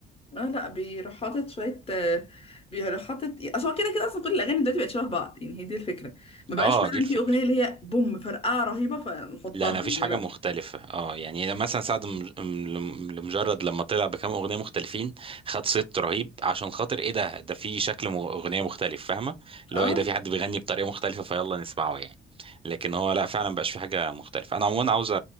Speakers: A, on the left; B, on the right.
A: اه لا بيروح حاطط شويه آه، بيروح حاطط اصل هو كده كده اصلا كل الاغاني دلوقتي بقت شبه بعض يعني هي دي الفكره ما بقاش
B: اه
A: فعلا
B: دي الفكره
A: في اغنيه اللي هي بوم فرقعه رهيبه فنحطها
B: لا لا مفيش
A: يعني
B: حاجة
A: لا
B: مختلفة اه يعني مثلا سعد م- م- لمجرد لما طلع بكام أغنية مختلفين خد صيت رهيب عشان خاطر ايه ده ده في شكل م- أغنية مختلف فاهمة اللي
A: اه
B: هو ايه ده في حد بيغني بطريقة مختلفة فيلا نسمعه يعني لكن هو لا فعلا مبقاش في حاجة مختلفة أنا عموما عاوز أ-